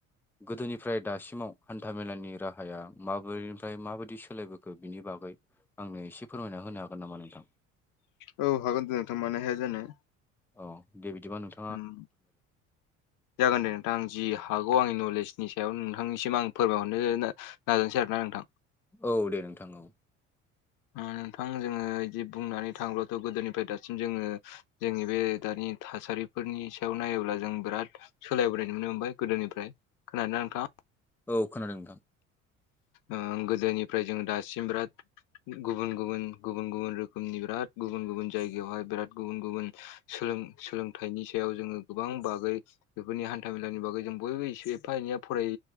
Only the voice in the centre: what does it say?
गोदोनिफ्राय दासिमाव हान्था मेलानि राहाया माबोरैनिफ्राय माबायदि सोलायबोखो बिनि बागै आंनो एसे फोरमायना होनो हागोन नामा नोंथां
औ दे बिदिबा नोंथां
औ दे नोंथां औ
औ खोनादों नोंथां